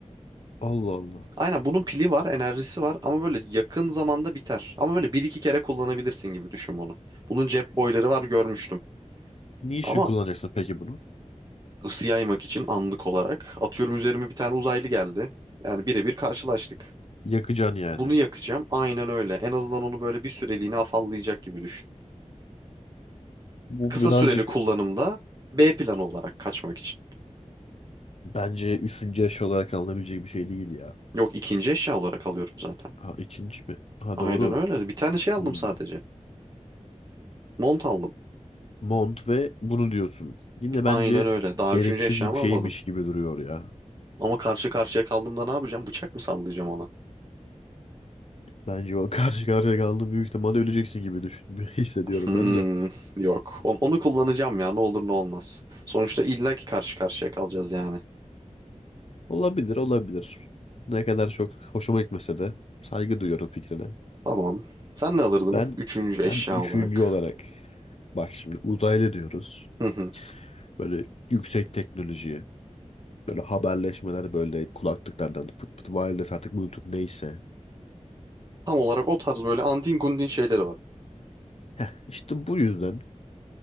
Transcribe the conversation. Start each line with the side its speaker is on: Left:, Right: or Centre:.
Left: Allah Allah.
Right: Aynen bunun pili var, enerjisi var ama böyle yakın zamanda biter. Ama böyle bir iki kere kullanabilirsin gibi düşün bunu. Bunun cep boyları var görmüştüm.
Left: Ne için
Right: Ama
Left: kullanacaksın peki bunu?
Right: ısı yaymak için anlık olarak atıyorum üzerime bir tane uzaylı geldi. Yani birebir karşılaştık.
Left: Yakacaksın yani.
Right: Bunu yakacağım. Aynen öyle. En azından onu böyle bir süreliğine afallayacak gibi düşün.
Left: Bu
Right: Kısa
Left: birazcık
Right: süreli kullanımda B planı olarak kaçmak için.
Left: bence üçüncü yaş olarak alınabilecek bir şey değil ya.
Right: Yok ikinci eşya olarak alıyorum zaten.
Left: Ha ikinci mi? Ha
Right: Aynen
Left: doğru.
Right: öyle. Bir tane şey aldım
Left: Hmm.
Right: sadece. Mont aldım.
Left: Mont ve bunu diyorsun. Yine bence
Right: Aynen öyle. Daha
Left: gereksiz
Right: üçüncü eşyamı
Left: gibi şeymiş
Right: almadım.
Left: gibi duruyor ya.
Right: Ama karşı karşıya kaldığımda ne yapacağım? Bıçak mı sallayacağım ona?
Left: Bence o karşı karşıya kaldı büyük ihtimalle öleceksin gibi düşün, <laughs> hissediyorum
Right: Hmm,
Left: ben de.
Right: yok. On- Onu, kullanacağım ya. Ne olur ne olmaz. Sonuçta illaki karşı karşıya kalacağız yani.
Left: Olabilir, olabilir. Ne kadar çok hoşuma gitmese de saygı duyuyorum fikrine.
Right: Tamam. Sen ne alırdın?
Left: Ben
Right: Üçüncü eşya
Left: ben üçüncü
Right: olarak.
Left: olarak bak şimdi uzaylı diyoruz.
Right: Hı hı.
Left: Böyle yüksek teknolojiye, böyle haberleşmeler böyle kulaklıklardan pıt pıt wireless artık Bluetooth neyse.
Right: Tam olarak o tarz böyle antin kuntin şeyleri var.
Left: Heh, işte bu yüzden